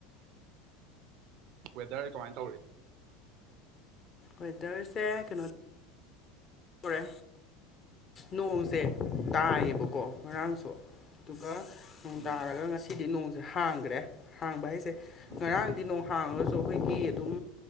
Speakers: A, on the right; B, on the left.
A: ꯋꯦꯗꯔ ꯀꯃꯥꯏꯅ ꯇꯧꯔꯤ
B: ꯋꯦꯗꯔꯁꯦ ꯀꯩꯅꯣ ꯑꫭꯔꯦ ꯅꯣꯡꯁꯦ ꯇꯥꯏꯌꯦꯕꯀꯣ ꯉꯔꯥꯡꯁꯨ ꯑꯗꯨꯒꯀ ꯅꯣꯡ
A: ꯎꯝ
B: ꯇꯥꯔꯒ ꯉꯁꯤꯗꯤ ꯅꯣꯡꯁꯦ ꯍꯥꯡꯈ꯭ꯔꯦ ꯍꯥꯡꯕ ꯍꯥꯏꯁꯦ
A: ꯎꯝ
B: ꯉꯔꯥꯡꯗꯤ ꯅꯣꯡ ꯍꯥꯡꯉꯒꯁꯨ ꯑꯩꯈꯣꯏꯒꯤ ꯑꯗꯨꯝ